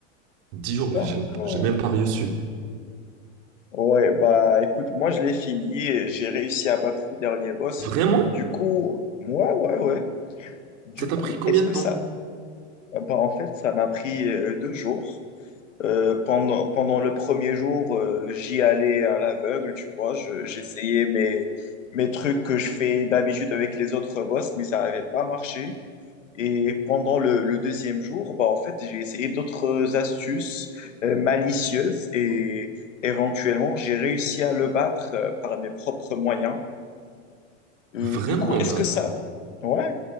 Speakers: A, on the right; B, on the left.
A: dix jours,
B: D'accord.
A: mais j'ai j'ai même pas reçu.
B: Ouais, bah écoute, moi je l'ai fini, et j'ai réussi à battre le dernier boss.
A: Vraiment?
B: Du coup, ouais, ouais, ouais. Du
A: Ça t'a
B: coup,
A: pris combien
B: est-ce
A: de
B: que
A: temps?
B: ça... Bah en fait, ça m'a pris euh, deux jours. Euh, pendant, pendant le premier jour, euh, j'y allais à l'aveugle, tu vois. Je- j'essayais mes, mes trucs que je fais d'habitude avec les autres boss, mais ça n'avait pas marché. Et pendant le, le deuxième jour, bah, en fait, j'ai essayé d'autres astuces euh, malicieuses et éventuellement, j'ai réussi à le battre euh, par mes propres moyens. Euh,
A: Vraiment,
B: du coup, est-ce
A: là,
B: que ça, ouais,